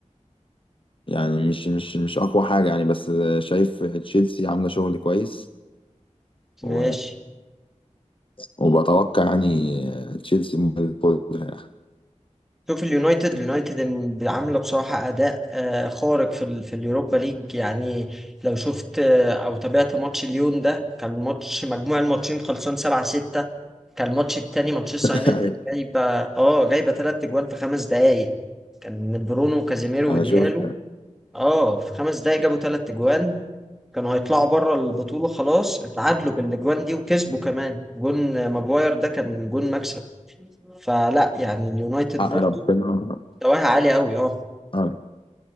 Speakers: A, on the left; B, in the centre.
A: يعني مش مش مش اقوى حاجه يعني بس شايف تشيلسي عامله شغل كويس
B: ماشي
A: و... وبتوقع يعني تشيلسي ممكن ياخدها
B: شوف اليونايتد اليونايتد إن- عامله بصراحه اداء آه، خارق في ال في اليوروبا ليج يعني لو شفت آه، او تابعت ماتش ليون ده كان ماتش مجموع الماتشين خلصان 7 6 كان الماتش التاني مانشستر
A: <laughs>
B: يونايتد جايبه اه جايبه ثلاث اجوان في خمس دقائق كان برونو وكازيميرو
A: انا
B: وديالو
A: شوف
B: اه في خمس دقائق جابوا ثلاث اجوان كانوا هيطلعوا بره البطوله خلاص اتعادلوا بالاجوان دي وكسبوا كمان جون ماجواير ده كان جون مكسب فلا يعني اليونايتد
A: حق
B: برضو
A: ربنا
B: مستواه عالي قوي اه
A: آه.